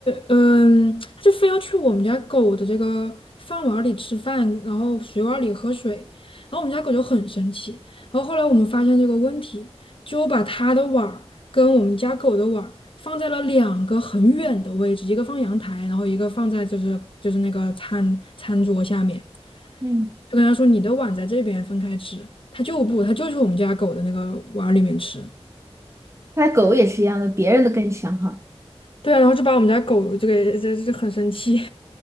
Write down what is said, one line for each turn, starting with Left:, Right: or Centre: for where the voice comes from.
Left: 嗯，它就非要去我们家狗的这个饭碗儿里吃饭，然后水碗儿里喝水，然后我们家狗就很生气，然后后来我们发现这个问题，就把它的碗儿跟我们家狗的碗儿放在了两个很远的位置，一个放阳台，然后一个放在就是就是那个餐餐桌下面。
Right: 嗯，
Left: 就跟他说你的碗在这边分开吃，他就不，他就去我们家狗的那个碗里面吃。
Right: 看来狗也是一样的，别人的更香哈。
Left: 对啊，然后就把我们家狗这个这这很生气。